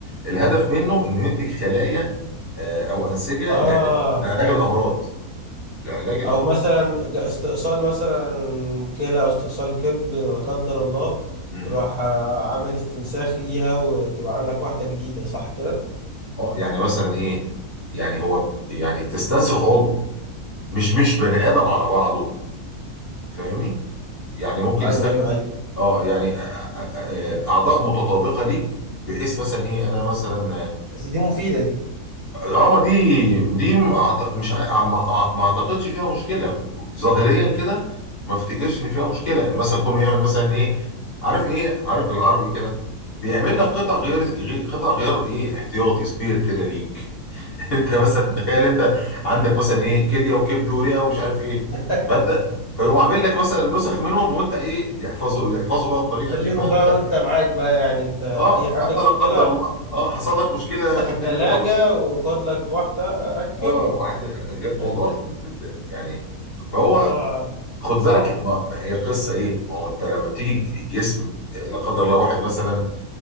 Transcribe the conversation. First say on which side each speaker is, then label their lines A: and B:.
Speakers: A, on the left; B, on the right.
A: الهدف منه انه ينتج خلايا آه، او انسجه
B: اه
A: لعلاج لعلاج
B: فهمت
A: الامراض
B: فهمت
A: لعلاج الامراض
B: او مثلا ج- استئصال مثلا كلى او استئصال كبد لا قدر الله
A: امم
B: تروح آه، عامل استنساخ ليها وتبقى عندك واحده جديده صح كده
A: اه يعني مثلا ايه يعني هو يعني تستنسخ عضو مش مش بني ادم على بعضه فاهمني يعني ممكن
B: ايوه
A: يستخدم
B: ايوه ايوه
A: اه يعني أ- أ- أ- اعضاء متطابقه ليك بحيث مثلا ايه انا مثلا
B: بس دي مفيده دي
A: اه ما دي دي م- أعت- مش ع- ما ما- ما اعتقدش فيها مشكله ظاهريا كده ما افتكرش ان فيها مشكله مثلا كونه يعمل مثلا ايه عارف ايه عارف بالعربي ايه كده بيعمل لك قطع غيار غي- قطع غيار ايه احتياطي سبير كده ليك <laughs> انت مثلا تخيل انت عندك مثلا ايه كليه وكبد ورئه ومش عارف ايه
B: <laughs>
A: فانت فيقوم عامل لك مثلا نسخ منهم وانت ايه يحفظوا يحفظوا بقى بطريقه
B: خليهم
A: ما انا
B: بقى
A: مش عارف
B: وانت
A: ايه
B: معاك بقى يعني انت
A: اه
B: اي حاجه
A: فانت
B: اي
A: لا
B: مشكله
A: قدر الله اه حصل لك مشكله
B: افتح
A: في
B: التلاجة
A: الكليه والله
B: وخد لك واحده ركب
A: اه واحد غ-
B: <laughs>
A: موضوع غريب جدا يعني فهو
B: الموضوع
A: خد
B: صعب
A: بالك ما ما هي قصه ايه ما هو انت لما بتيجي الج- الجسم آه، لا قدر الله واحد مثلا